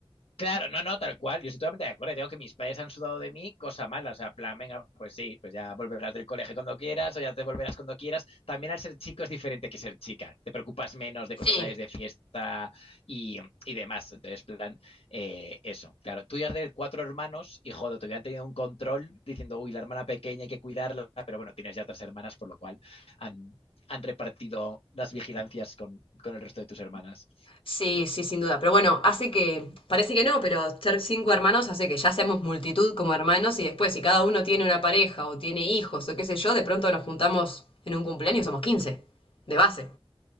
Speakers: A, on the left; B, on the left.
A: Claro, no, no, tal cual. Yo estoy totalmente de acuerdo. Digo que mis padres han sudado de mí, cosa mala. O sea, plan, venga, pues sí, pues ya volverás del colegio cuando quieras o ya te volverás cuando quieras. También al ser chico es diferente que ser chica. Te preocupas menos de
B: Sí,
A: cuando sales de fiesta y, y demás. Entonces, plan, eh, eso. Claro, tú ya de cuatro hermanos y joder, te hubieran tenido un control diciendo, uy, la hermana pequeña hay que cuidarla, pero bueno, tienes ya otras hermanas, por lo cual han, han repartido las vigilancias con, con el resto de tus hermanas.
B: Sí, sí, sin duda. Pero bueno, hace que, parece que no, pero ser cinco hermanos hace que ya seamos multitud como hermanos y después si cada uno tiene una pareja o tiene hijos o qué sé yo, de pronto nos juntamos en un cumpleaños, somos quince de base.